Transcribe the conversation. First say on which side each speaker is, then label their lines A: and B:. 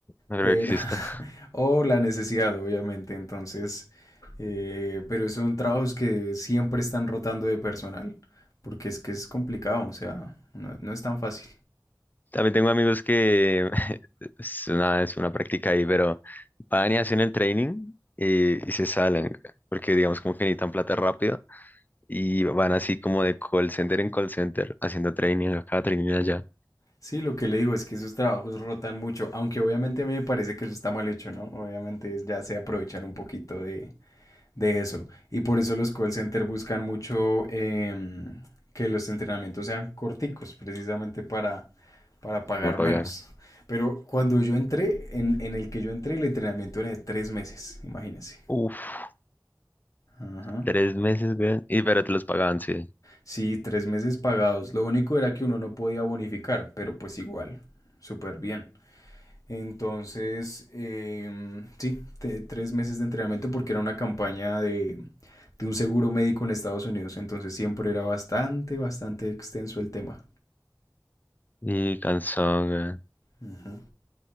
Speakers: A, on the left; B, on the left.
A: no creo
B: pero,
A: que exista.
B: <laughs> o la necesidad, obviamente. Entonces, eh, pero son trabajos que siempre están rotando de personal, porque es que es complicado, o sea, no no es tan fácil.
A: También tengo amigos que <laughs> es una, es una práctica ahí, pero van y hacen el training y, y se salen, porque digamos como que necesitan plata rápido y van así como de call center en call center haciendo training acá, training allá,
B: Sí, lo que le digo es que esos trabajos rotan mucho, aunque obviamente a mí me parece que eso está mal hecho, ¿no? Obviamente es- ya se aprovechar un poquito de, de eso. Y por eso los call centers buscan mucho em, que los entrenamientos sean corticos, precisamente para, para pagar
A: para no pagar.
B: menos. Pero cuando yo entré, en, en el que yo entré, el entrenamiento era de tres meses, imagínense.
A: Uf,
B: Ajá.
A: tres meses, güey. Y pero te los pagaban, sí.
B: Sí, tres meses pagados. Lo único era que uno no podía bonificar, pero pues igual, súper bien. Entonces, em, sí, te- tres meses de entrenamiento porque era una campaña de, de un seguro médico en Estados Unidos. Entonces siempre era bastante, bastante extenso el tema.
A: Y cansón, güey.
B: Ujú.